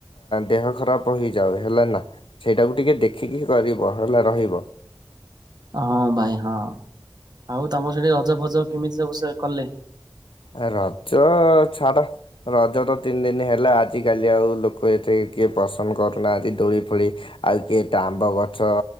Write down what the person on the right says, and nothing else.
ହଁ ଭାଇ ହଁ ଆଉ ତମ ସେଠି ରଜ ଫଜ କେମିତି ସବୁ ସେ କଲେ?